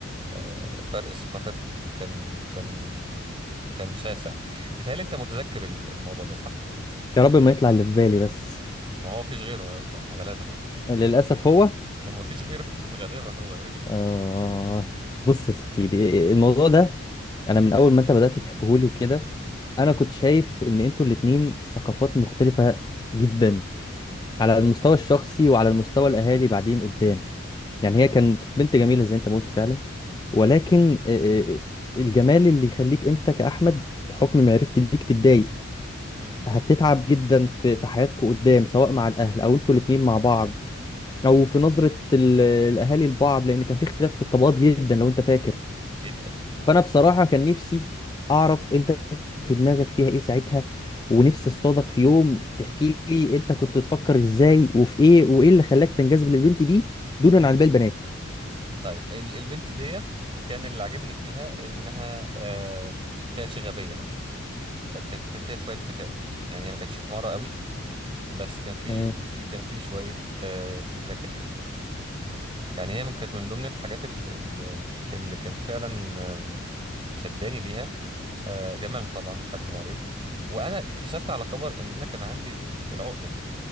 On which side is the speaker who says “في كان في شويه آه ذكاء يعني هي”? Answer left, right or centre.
Right